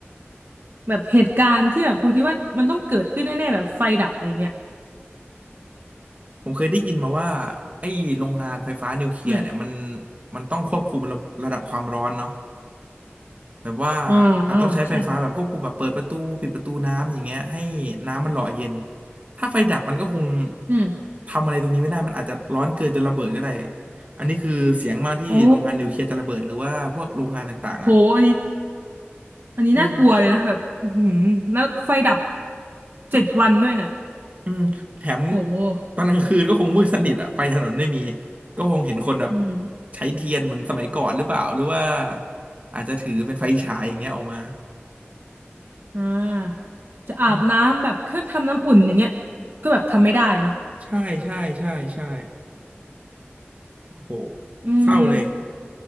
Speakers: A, on the right; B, on the right.
A: แบบเหตุการณ์ที่แบบคุณคิดว่ามันต้องเกิดขึ้นแน่ๆแบบไฟดับอะไรเงี้ย
B: ผมเคยได้ยินมาว่าไอ้โรงงานไฟฟ้านิวเคลียร์เนี่ยมัน
A: อืม
B: มันต้องควบคุมระระดับความร้อนเนาะ แบบว่า
A: อ่าอ่าใช่ค่ะ
B: อาจต้องใช้ไฟฟ้าแบบควบคุมแบบเปิดประตูปิดประตูน้ำอย่างเงี้ยให้น้ำมันหล่อเย็นถ้าไฟดับมันก็คง
A: อืม
B: ทำอะไรตรงนี้ไม่ได้มันอาจจะร้อนเกินจนระเบิดก็ได้อันนี้คือเสียงมากที่โรงงานนิวเคลียร์จะระเบิดหรือว่าพวกโรงงานต่างๆอ่ะ
A: โอ้โหอันนี้อันนี้น่ากลัวเลยนะแบบอือหือแล้วไฟดับ
B: เอื
A: เจ็ดวันด้วยเนี่ย
B: อืมแถม
A: โห
B: ตอนกลางคืนก็คงมืดสนิทอ่ะไฟถนนไม่มีก็คงเห็นคนแบบ
A: อืม
B: ใช้เทียนเหมือนสมัยก่อนหรือเปล่าหรือว่าอาจจะถือเป็นไฟฉายอย่างเงี้ยออกมา
A: อ่าจะอาบน้ำแบบเครื่องทำน้ำอุ่นอย่างเงี้ย
B: อืม
A: ก็แบบทำไม่ได้เนาะ
B: ใช่ใช่ใช่ใช่โอ้โห
A: อืม
B: เศร้าเลย